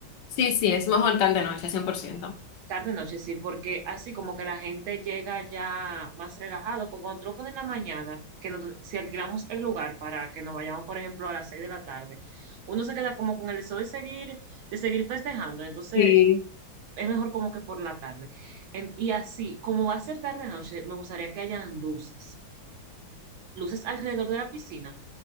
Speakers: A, on the left (about 70°); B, on the right (about 80°).
A: Sí, sí, es mejor tal de noche, cien por ciento.
B: Tarde noche sí, porque así como que la gente llega ya más relajado, porque cuando tú lo pones en la mañana, que nos- si alquilamos el lugar para que nos vayamos, por ejemplo, a las seis de la tarde, uno se queda como con el deseo de seguir, de seguir festejando, entonces
A: Sí.
B: es mejor como que por la tarde. En- y así, como va a ser tarde noche, me gustaría que hayan luces. luces alrededor de la piscina,